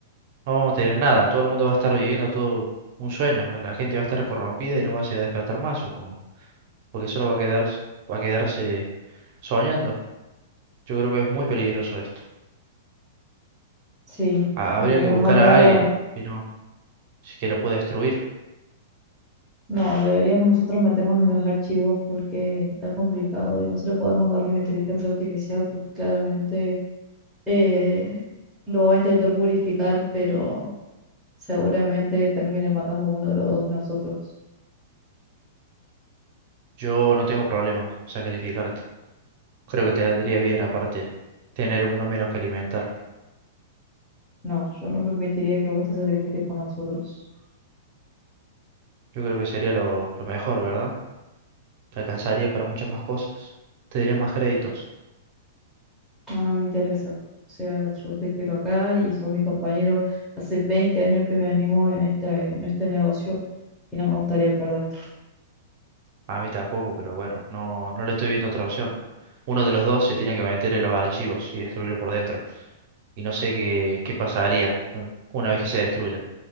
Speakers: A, on the right; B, in the centre.
A: No vamos a tener nada. Todo el mundo va a estar viviendo todo un sueño. La gente va a estar corrompida y no va a se va a despertar más, supongo. Porque solo va a quedar, va a quedarse soñando. Yo creo que es muy peligroso esto.
B: Sí,
A: Ha-
B: de
A: Habría
B: igual
A: que buscar
B: manera,
A: a alguien, si no, si que lo pueda destruir.
B: No, deberíamos nosotros meternos en los archivos porque está complicado y no se le podemos dar una inteligencia artificial porque claramente eh, lo va a intentar purificar, pero seguramente termine matando a uno de los dos de nosotros.
A: Yo no tengo problema sacrificarte. Creo que te vendría bien, aparte, tener uno menos que alimentar.
B: No, yo no permitiría que vos te sacrifiques por nosotros.
A: Yo creo que sería lo, lo mejor, ¿verdad? Te alcanzaría para muchas más cosas. Te daría más créditos.
B: No, no me interesa. O sea, yo te quiero acá y sos mi compañero. Hace 20 años que venimos en esta, en este negocio y no me gustaría perderte.
A: A mí tampoco, pero bueno, no, no le estoy viendo otra opción. Uno de los dos se tiene que meter en los archivos y destruirlo por dentro. Y no sé qué, qué pasaría con- una vez que se destruya.